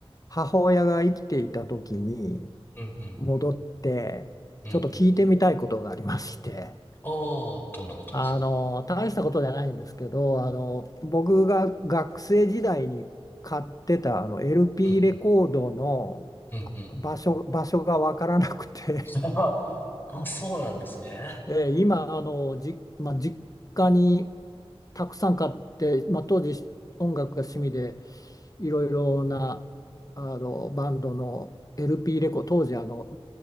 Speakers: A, on the left; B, on the left.
A: 母親が生きていた時に
B: うん、うん、
A: 戻って、
B: うん。
A: ちょっと聞いてみたいことがありまして、
B: ああ、どんなことですか
A: あの、大したことじゃないんですけど、あの、僕が学生時代に買ってたあの LP
B: うん、
A: レコードの
B: うん、うん。
A: 場所、場所がわからなくて
B: <laughs> あ、そうなんですね。
A: えー今あのじ、まあ、実家にたくさん買って、まあ、当時音楽が趣味でいろいろなあのバンドの LP レコ当時あの、